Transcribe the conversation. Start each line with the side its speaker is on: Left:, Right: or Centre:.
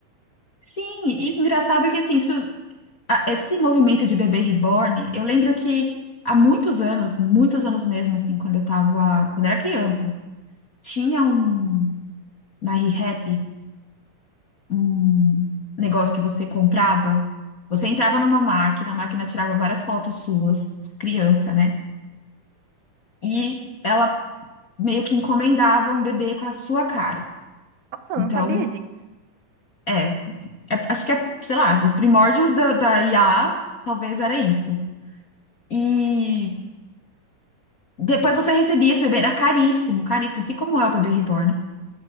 Left: Sim, e engraçado que assim, isso, a- esse movimento de bebê reborn, eu lembro que há muitos anos, muitos anos mesmo, assim, quando eu tava, quando eu era criança, tinha um na ReHap um negócio que você comprava. Você entrava numa máquina, a máquina tirava várias fotos suas, criança, né? E ela meio que encomendava um bebê com a sua cara.
Right: Nossa, eu
Left: Então,
Right: não sabia disso.
Left: é, é- acho que é, sei lá, dos primórdios da, da IA, talvez era isso. E depois você recebia esse bebê, era caríssimo, caríssimo, assim como é o bebê reborn.